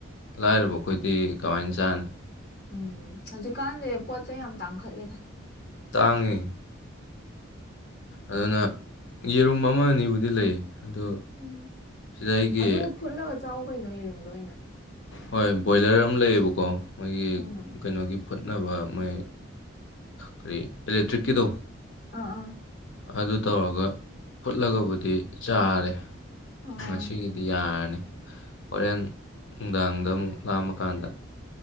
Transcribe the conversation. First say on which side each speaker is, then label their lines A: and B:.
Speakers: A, on the left; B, on the left.
A: ꯂꯥꯏꯔꯕ ꯑꯩꯈꯣꯏꯗꯤ ꯀꯃꯥꯏꯅ ꯆꯥꯅꯤ
B: ꯎꯝ ꯍꯧꯖꯤꯛꯀꯥꯟꯖꯦ ꯄꯣꯠ ꯆꯩꯩ ꯌꯥꯝ ꯇꯥꯡꯈꯠꯂꯦꯗ
A: ꯇꯥꯡꯉꯤ ꯑꯗꯨꯅ ꯌꯦꯔꯨꯝ ꯑꯃ ꯑꯅꯤꯕꯨꯗꯤ ꯂꯩ ꯑꯗꯨ
B: ꯎꯝ
A: ꯁꯤꯗ ꯑꯩꯒꯤ
B: ꯑꯗꯨ ꯐꯨꯠꯂꯒ ꯆꯥꯎ ꯀꯩꯅꯣ ꯌꯦꯔꯨꯝꯗꯣ ꯑꯣꯏꯅ
A: ꯍꯣꯏ ꯕꯣꯏꯂꯔ ꯑꯃ ꯂꯩꯌꯦꯕꯀꯣ ꯃꯣꯏꯒꯤ
B: ꯎꯝ
A: ꯀꯩꯅꯣꯒꯤ ꯐꯨꯠꯅꯕ ꯃꯣꯏ ꯀꯔꯤ ꯏꯂꯦꯛꯇ꯭ꯔꯤꯛꯀꯤꯗꯣ
B: ꯑꯥ ꯑꯥ
A: ꯑꯗꯨ ꯇꯧꯔꯒ ꯐꯨꯠꯂꯒꯕꯨꯗꯤ ꯆꯥꯔꯦ
B: ꯑꯣ
A: ꯉꯁꯤꯒꯤꯗꯤ ꯌꯥꯔꯅꯤ ꯍꯣꯔꯦꯟ ꯅꯨꯡꯗꯥꯡꯗ ꯑꯃꯨꯛ ꯂꯥꯝꯃꯀꯥꯟꯗ